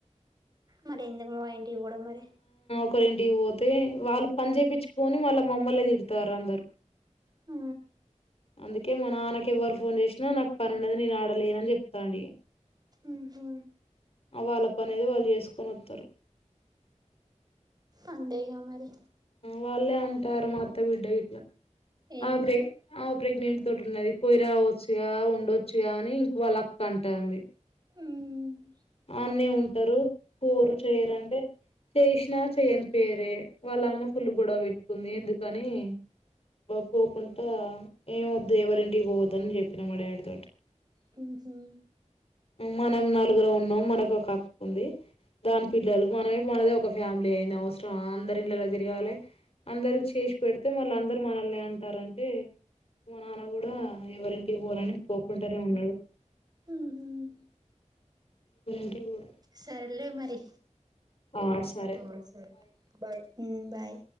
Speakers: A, on the right (about 30°); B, on the left (about 50°).
A: మరి ఎందుకు ము ఏవడ మరీ
B: ఒకరెంటికి పోతే వాళ్ళు పని చేయించుకొని మళ్ళ మమ్మలనే తిడతారు అందరు
A: ఆ
B: అందుకే మా నాన్నకి ఎవ్వరు ఫోన్ చేసినా నాకు పనిండది నేను ఆడలేన అని చెప్తండిగా
A: ఉహు
B: వాళ్ళ పని అతే వాళ్ళు చేసుకొని వస్తారు
A: అంతేగా మరి
B: వాళ్ళే అంటారు మా అత్త బిడ్డ ఇట్లా
A: ఏమని
B: ఒకే ప్రెగ్నెంట్ తోటి ఉన్నది పోయి రావచ్చుగా ఉండొచ్చుగా అని ఇంకోలాక్క అంటంది
A: ఉహు
B: ఆనే ఉంటారు పోరు చేయరంటే చేసినా చేయని పేరే వాళ్ళమ్మ ఫుల్ గొడవ పెట్టుకుంది ఎందుకని పోకోకుండా ఏమ వద్దు ఎవరింటికి పోవద్దని చెప్పినా మా డాడీ తోటి
A: హ్మ హ్మ
B: మనం నలుగురు ఉన్నాం మనకు ఒక అక్కు ఉంది దాని పిల్లలు మనమే మనదే ఒక ఫ్యామిలీ అయింది అవసరమా అందరి ఇంట్లా తిరగాలి అందరు చేసి పెడితే మళ్ళ అందరు మనల్ని అంటారంటే మా నాన్న కూడా ఎవరింటికి ఫోను అని పోకుంటానే ఉన్నాడు
A: ఉహు
B: ఎవరింటికి పోడు
A: సరలే మరి
B: ఆ సరే
A: ఆ సరే బాయ్ హ్మ బాయ్